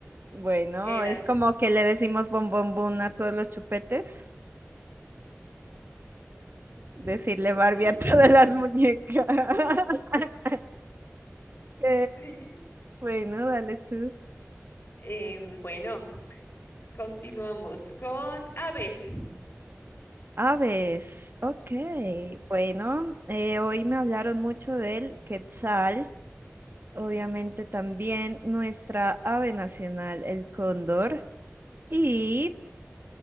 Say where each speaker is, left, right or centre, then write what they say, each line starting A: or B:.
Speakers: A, on the right; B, on the left.
A: bueno,
B: eran.
A: es como que le decimos bom bom bum a todos los chupetes.
B: <laughs>
A: Decirle Barbie
B: Sí.
A: a <laughs> todas las
B: <laughs>
A: muñecas. <laughs> Ok,
B: Sí.
A: Bueno, dale tú.
B: Em, bueno, continuamos con aves.
A: Aves, ok. Bueno, eh, hoy me hablaron mucho del quetzal, obviamente también nuestra ave nacional, el cóndor, y,